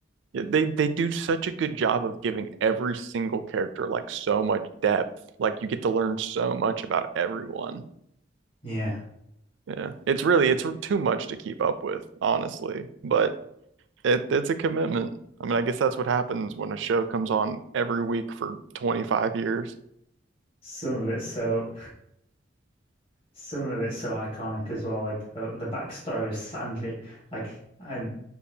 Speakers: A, on the right (about 80°); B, on the left (about 30°).
A: Yeah, they they do such a good job of giving every single character like so much depth. Like you get to learn so much about everyone.
B: yeah,
A: Yeah. It's really it's too much to keep up with, honestly, but it it's a commitment. I mean, I guess that's what happens when a show comes on every week for 25 years.
B: some of it's so. some of it's so iconic as well. Like the, the backstory of Sanji, like and